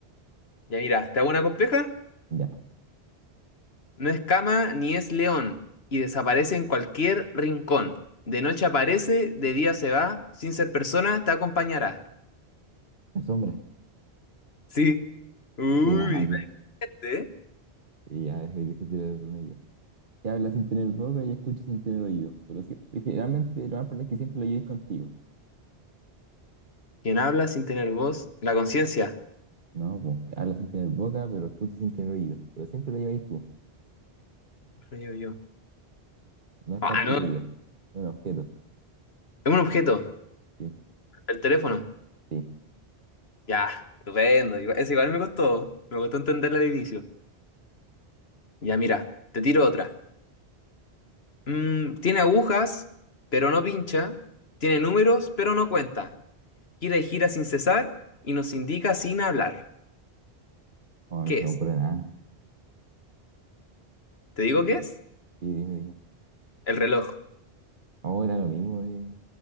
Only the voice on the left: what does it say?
Ya mira, ¿te hago una compleja?
No es cama ni es león y desaparece en cualquier rincón. De noche aparece, de día se va, sin ser persona te acompañará.
Sí. Uy,
<laughs> ¿eh?
Quien habla sin tener voz, la conciencia.
Yo, yo.
Ah,
no,
es un objeto,
el teléfono.
Ya, estupendo. Igual, ese igual me costó, me costó entenderla al inicio. Ya, mira, te tiro otra. Mm, tiene agujas, pero no pincha. Tiene números, pero no cuenta. Gira y gira sin cesar y nos indica sin hablar.
¿Qué
es?
¿Te digo
qué es?
El reloj.